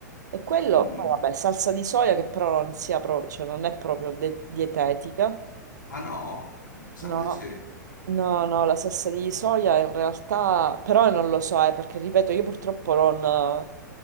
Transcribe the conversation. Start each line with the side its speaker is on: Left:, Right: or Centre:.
Right: E quello,
Left: mhm.
Right: poi vabbè, salsa di soia che però non sia pro- cioè non è proprio de- dietetica.
Left: Ah no? Pensavo
Right: No,
Left: di sì.
Right: no, no, la salsa di soia in realtà, però non lo so, eh, perché ripeto, io purtroppo non,